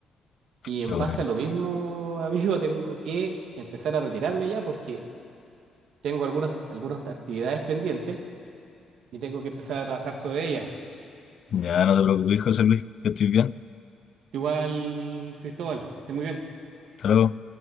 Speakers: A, on the right; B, on the left.
A: Y
B: Qué
A: en
B: bueno.
A: base a lo mismo, <laughs> amigo, tengo que empezar a retirarme ya porque tengo algunas, algunas actividades pendientes y tengo que empezar a trabajar sobre ellas.
B: Ya no te preocupes, José Luis, que estoy bien.
A: Igual, Cristóbal, que esté muy bien.
B: Hasta luego.